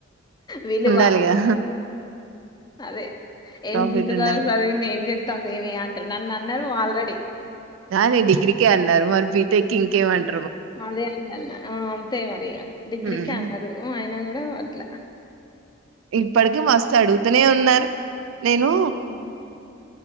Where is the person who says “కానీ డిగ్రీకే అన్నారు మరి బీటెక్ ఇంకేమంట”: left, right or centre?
Right